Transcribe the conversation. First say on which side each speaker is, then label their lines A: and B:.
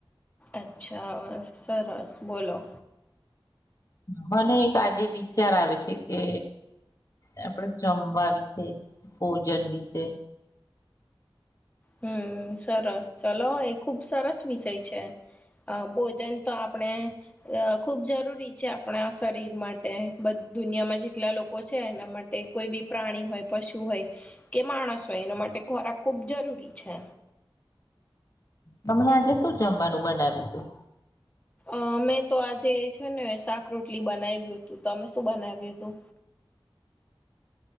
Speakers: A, on the left; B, on the left.
A: અચ્છા સરસ બોલો
B: મને એક આજે વિચાર આવે છે કે આપડે જમવા વિશે ભોજન વિશે
A: હમ્મ સરસ ચલો એ ખુબ સરસ વિષય છે. અહ ભોજન તો આપણે અહ ખુબ જરૂરી છે આપણા શરીર માટે બધ દુનિયામાં જેટલા લોકો છે એના માટે કોઈ બી પ્રાણી હોય પશુ હોય કે માણસ હોય એના માટે ખોરાક ખૂબ જરૂરી છે.
B: હમણાં આજે શું જમવાનું બનાવ્યું તું?
A: અહ મૈ તો આજે છે ને શાક રોટલી બનાવ્યું તું. તમે શું બનાવ્યું તું?
B: <inaudible>